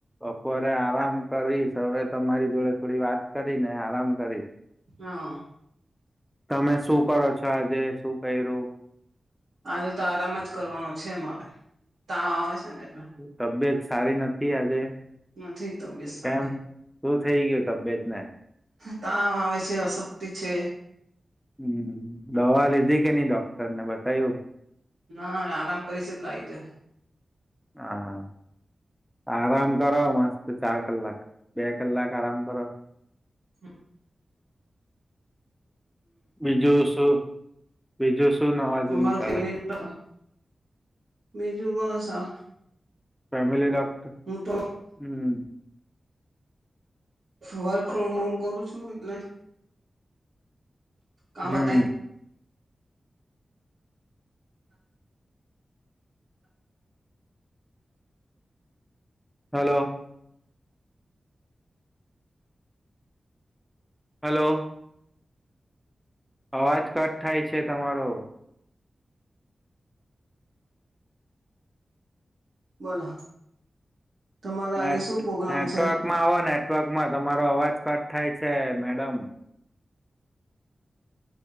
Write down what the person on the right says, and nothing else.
હા
આજે તો આરામ જ કરવાનો છે મારે તાવ આવે છે ને એટલે
નથી તબિયત સારી
તાવ આવે છે અશક્તિ છે.
ના આરામ કરીશ એટલે <unintelligible>
હ છે
અમારા
ફેમિલી બીજું બસ આ
હું તો
વર્ક ફ્રોમ હોમ કરું છું, એટલે કામ
બતા
બોલો તમારે
આજે શું પ્રોગ્રામ
છે